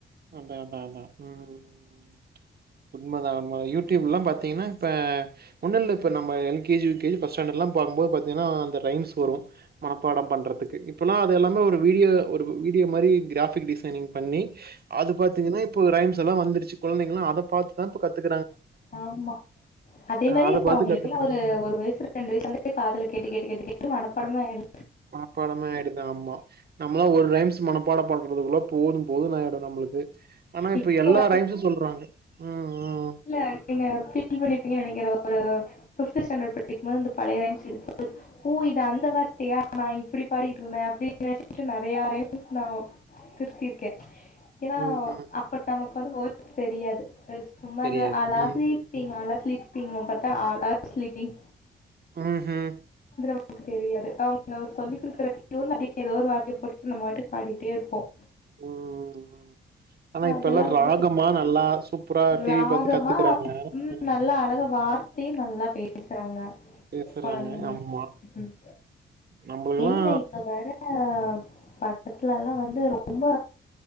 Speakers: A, on the right; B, on the left.
A: அந்த அத அதா உஹ் ம் ம் ம் உண்மதா உண்மதா யூடியூப்ல்லா பாத்தீங்கன்னா இப்ப ஒன்னுல்ல இப்ப நம்ம L K G U K G பஸ்டாண்டர்ட்ல்லா பாக்கும்போது பாத்தீங்கன்னா அந்த ரைம்ஸ் வரு மனப்பாடம் பண்றதுக்கு இப்பல்லா அது எல்லாமே ஒரு வீடியோ ஒரு வீடியோ மாரி கிராபிக் டிசைனிங் பண்ணி அது பாத்தீங்கன்னா இப்ப ரைம்ஸ் ஸெல்லா வந்துருச்சு கொழந்தைங்கள்ளா அத பாத்துத்தா இப்ப கத்துக்
B: ஆமா அதே மாரி
A: அத பாத்து
B: அவங்களுக்கெல்லா
A: கத்துக்குறாங்க
B: ஒரு ஒரு வயசு ரெண்டு வயசுலருந்தே காதுல கேட்டு கேட்டு கேட்டு கேட் டு மனப்பாடமே ஆயிரு
A: மனப்பாடமே ஆயிடுது ஆமா நம்மள்ளா ஒரு ரைம்ஸ் மனப்பாட பண்றதுக்குள்ள போதும் போதுன் ஆயிடு நம்மளுக்கு ஆனா இப்ப
B: இப்போ
A: எல்லா
B: வரைக்கும்
A: ரைம்ஸும் சொல்றாங்க உம் ம்
B: இல்ல நீங்க ஃபீல் பண்ணிருப்பீங்கன்னு நெனைக்கிறேன். ஒரு ஃபிஃப்த் ஸ்டாண்டர்ட் படிக்கும்போது இந்த பழைய ரைம்ஸ் எடுத்து ஓ இது அந்த வார்த்தையா நா இப்படி பாடிட்டு இருந்த அப்படின்னு <inaudible> நெறையா ரைம்ஸ் நா திருத்தியிருக்கே ஏனா
A: ம் ம்
B: அப்ப
A: ம்
B: நமக்கு வந்து ஒரு தெரியாது சும்மா
A: தெரியாது
B: அலாஸ்லிப்பிங்க
A: ம்
B: அல்லா ஸ்லிப் டிம்மு பாத்த ஆல் ஆர் சில்லிபிங்
A: ஹ்ம் உம்
B: உனக்கு தெரியாது அவங் அவர் சொல்லி குடுக்கற டியூன் அப்டேய ஏதோ ஒரு வார்த்தைய போட்டு நம்மபாட்டு பாடிட்டே இருப்போம்
A: உம் ஆனா
B: அதெல்லாம்
A: இப்ப எல்லாம்
B: வந்து
A: ராகமா நல்லா சூப்பரா டிவி
B: ராகமா
A: பாத்து கத்துக்குறாங்க
B: உம்
A: அ
B: நல்லா அழக வார்த்தையும் நல்லா பேசுறாங்க
A: பேசுறாங்க
B: கொழந்தைங்க
A: ஆமா
B: ம்
A: நம்மளுக்கெல்லா
B: என்ன இப்ப வரா ப கிலாம் வந்து ரொம்ப